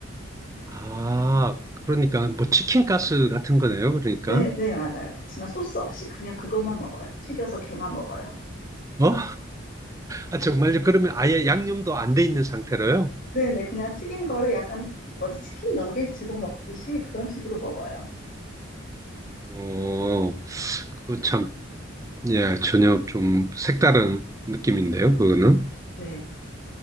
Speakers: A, on the right; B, on the left.
A: 아, 그러니까 뭐 치킨 가스 같은 거네요. 그러니까.
B: 네, 네, 맞아요. 그치만 소스 없이 그냥 그것만 먹어요. 튀겨서 걔만 먹어요.
A: 어? 아, 정말요? 그러면 아예 양념도 안 돼 있는 상태로요?
B: 네, 네, 그냥 튀긴 거를 약간 뭐지 치킨 너겟 집어 먹듯이 그런 식으로 먹어요.
A: 어, 그거 참, 예, 전혀 좀 색다른 느낌인데요, 그거는.
B: 네.